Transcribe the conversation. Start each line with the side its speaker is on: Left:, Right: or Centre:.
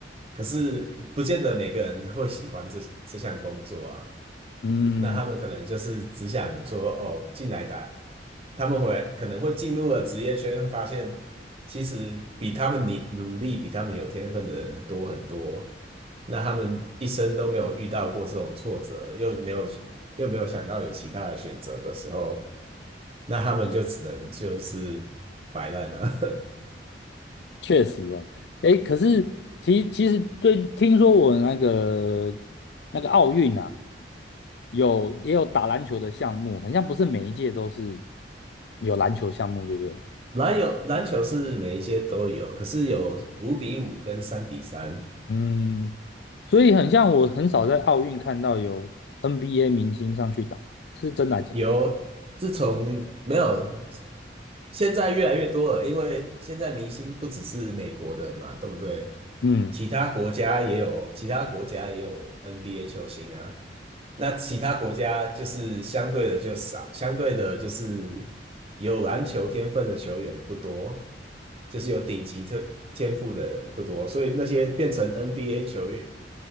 Right: 可是不见得每个人会喜欢这这项工作啊。
Left: 嗯，
Right: 那他们可能就是只想说，哦，进来打，他们会可能会进入了职业圈，发现其实比他们努努力、比他们有天分的人多很多。那他们一生都没有遇到过这种挫折，又没有又没有想到有其他的选择的时候，那他们就只能就是摆烂了。<laughs>
Left: 确实哦，诶，可是其其实最听说我那个那个奥运啊，有也有打篮球的项目，好像不是每一届都是有篮球项目，对不对？
Right: 篮有篮球是每一届都有，可是有五比五跟三比三，
Left: 嗯，所以很像我很少在奥运看到有 NBA 明星上去打，是真的还假的？
Right: 有自从没有，现在越来越多了，因为现在明星不只是美国人嘛，对不对？
Left: 嗯。
Right: 其他国家也有，其他国家也有 NBA 球星啊。那其他国家就是相对的就少，相对的就是有篮球天分的球员不多，就是有顶级特天赋的人不多，所以那些变成 NBA 球员、